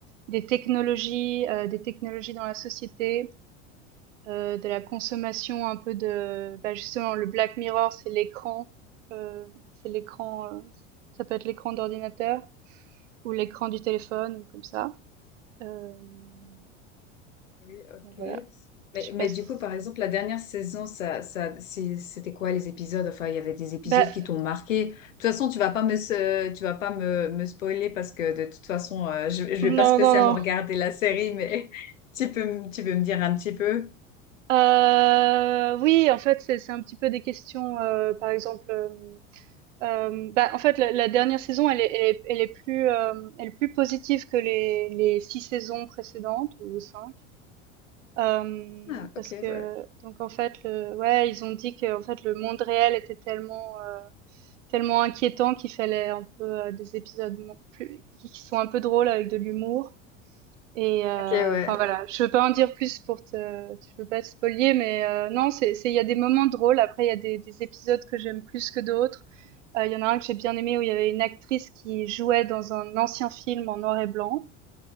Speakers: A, on the right (about 70°); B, on the left (about 85°).
A: des technologies, heu, des technologies dans la société. Heu, de la consommation un peu de bah, justement le Black Mirror, c'est l'écran, heu, c'est l'écran, heu, ça peut être l'écran d'ordinateur ou l'écran du téléphone ou comme ça. Hem,
B: Oui, ok.
A: donc voilà,
B: Mais,
A: je sais
B: mais
A: pas s
B: du coup, par exemple, la dernière saison, ça, ça, c'est- c'était quoi les épisodes? Enfin, il y avait des épisodes
A: bah,
B: qui t'ont marqué. De toute façon, tu vas pas me, se- tu vas pas me, me spoiler parce que de toute façon, euh, je, je vais
A: non,
B: pas spécialement
A: non, non.
B: regarder la série, mais <laughs> tu peux, me- tu peux me dire un petit peu.
A: Heu, oui, en fait, c'est c'est un petit peu des questions, heu, par exemple, hem, hem, bah, en fait, la la dernière saison, elle est elle est elle est plus, hem, elle est plus positive que les les 6 saisons précédentes ou cinq Euh,
B: Ah,
A: parce
B: ok,
A: que
B: ouais.
A: donc en fait le ouais ils ont dit que en fait le monde réel était tellement euh, tellement inquiétant qu'il fallait un peu euh, des épisodes mo- plus qui qui sont un peu drôles avec de l'humour et euh,
B: Ok, ouais.
A: enfin voilà je veux pas en dire plus pour te je veux pas te spoiler mais euh, non c'est c'est il y a des moments drôles après il y a des des épisodes que j'aime plus que d'autres Euh, il y en a un que j'ai bien aimé où il y avait une actrice qui jouait dans un ancien film en noir et blanc